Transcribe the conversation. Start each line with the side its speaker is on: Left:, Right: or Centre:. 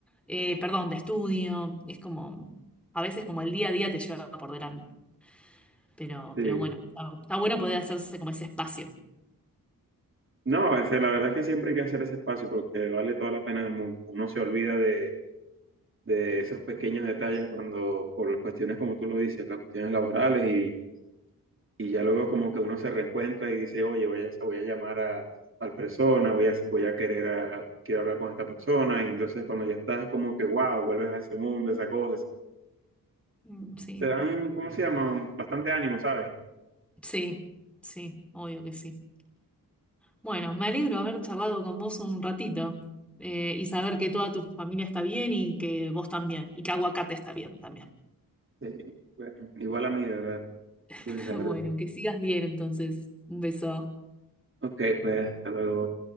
Centre: eh, perdón, de estudio. Es como, a veces como el día a día te lleva por delante. Pero,
Right: sí.
Centre: pero bueno, está, está bueno poder hacerse como ese espacio.
Right: No, a veces la verdad es que siempre hay que hacer ese espacio porque vale toda la pena del mundo. Uno se olvida de, de esos pequeños detalles cuando, por las cuestiones, como tú lo dices, las cuestiones laborales y ya luego como que uno se reencuentra y dice, oye, voy a, voy a llamar a tal persona, voy a, voy a querer a- quiero hablar con esta persona, y entonces cuando ya estás es como que, wow, vuelves a ese mundo, esas cosas.
Centre: Mm, Sí.
Right: Te dan, ¿cómo se llama? Bastante ánimo, ¿sabes?
Centre: Sí, sí, obvio que sí. Bueno, me alegro haber charlado con vos un ratito eh, y saber que toda tu familia está bien y que vos también, y que Aguacate está bien también.
Right: Sí, bueno, igual a mí, de verdad.
Centre: <laughs>
Right: Pues, sí, la verdad.
Centre: Bueno, que sigas bien entonces. Un beso.
Right: Ok, pues hasta luego.